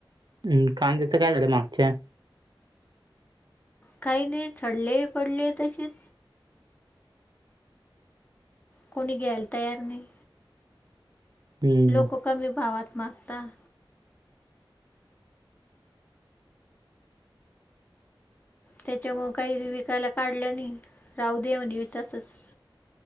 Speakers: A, on the right; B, on the left.
A: हम् कांद्याचं काय झालं मागच्या.
B: काही नाही झडले पडले तशीच. कोणी घ्यायला तयार नाही.
A: हम्म
B: लोक कमी भावात मागतात. त्याच्यामु काही विकायला काढलं नाही राहू देवन तसच.